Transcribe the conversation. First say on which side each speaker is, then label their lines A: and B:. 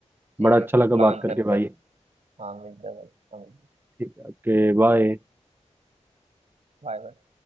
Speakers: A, on the right (about 65°); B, on the right (about 15°).
A: ठीक
B: बड़ा
A: है
B: अच्छा
A: फिर
B: लगा
A: प्लान
B: बात करके
A: करते
B: भाई
A: हैं हाँ मिलते हैं भाई हाँ, मिलते हैं
B: ठीक है ओके बाय
A: Bye bye